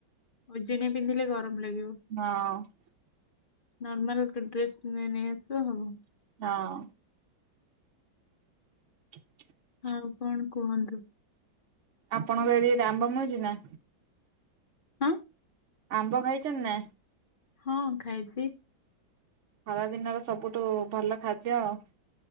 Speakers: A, on the left; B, on the right.
A: ଓଜନିଆ ପିନ୍ଧିଲେ ଗରମ ଲାଗିବ।
B: ହଁ।
A: ନର୍ମାଲ୍ ଗୋଟେ ଡ୍ରେସ୍ ମାନେ ନେଇ ଆସିବ ହବ।
B: ହଁ। <inaudible>
A: ଆଉ କଣ କୁହନ୍ତୁ?
B: ଆପଣଙ୍କ ଏରିଆ ରେ ଆମ୍ବ ମିଳୁଚି ନା?
A: ହାଁ?
B: ଆମ୍ବ ଖାଇଚନ୍ତି ନା?
A: ହଁ ଖାଇଚି।
B: ଖରା ଦିନର ସବୁଠୁ ଭଲ ଖାଦ୍ୟ ଆଉ।